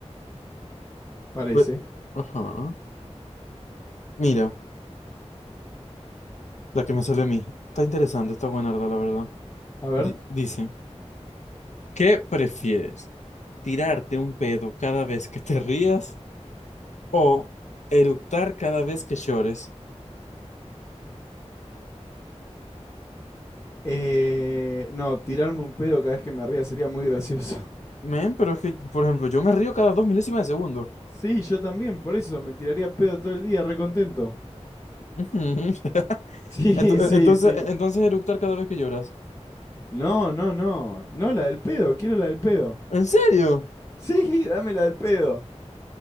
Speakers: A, on the left (about 25°); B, on the left (about 85°).
A: parece.
B: Pues, ajá. Mira, la que me salió a mí. Está interesante, está buena, la verdad.
A: A ver.
B: Di- dice, ¿qué prefieres? ¿Tirarte un pedo cada vez que te rías? O eructar cada vez que llores.
A: Eh, no, tirarme un pedo cada vez que me ría sería muy gracioso. <laughs>
B: Men, pero es que, por ejemplo, yo me río cada dos milésimas de segundo.
A: Sí, yo también, por eso me tiraría pedo todo el día, recontento.
B: Ujú. <laughs>
A: <laughs> Sí,
B: Ento-
A: sí,
B: e-, Entonces,
A: sí.
B: e-, entonces eructar cada vez que lloras.
A: No, no, no. No, la del pedo, quiero la del pedo. <laughs>
B: ¿En serio?
A: Sí, dame la del pedo.